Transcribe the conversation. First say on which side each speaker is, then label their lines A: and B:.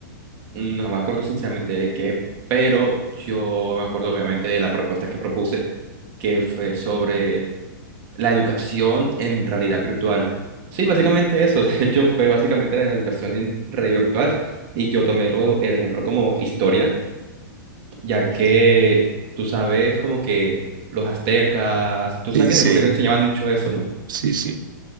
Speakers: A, on the right; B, on the right.
A: no me acuerdo sinceramente de qué, pero yo me acuerdo obviamente de la propuesta que propuse que fue sobre la educación en realidad virtual. Sí, básicamente eso. <laughs> De hecho, fue básicamente la educación en realidad virtual. Y yo tomé lo- el ejemplo como historia, ya que tú sabes como que los aztecas, tú
B: Sí,
A: sabes que
B: sí,
A: en el colegio enseñaban mucho eso, ¿no?
B: sí, sí.